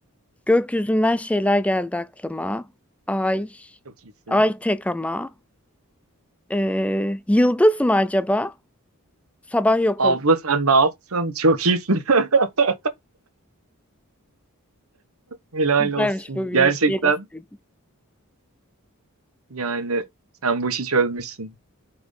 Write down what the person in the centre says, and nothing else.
Gökyüzünden şeyler geldi aklıma. Ay.
Ay tek ama. Ee, yıldız mı acaba? Sabah yok
oldu.
Güzelmiş
bu bilmeceyi
de sevdim.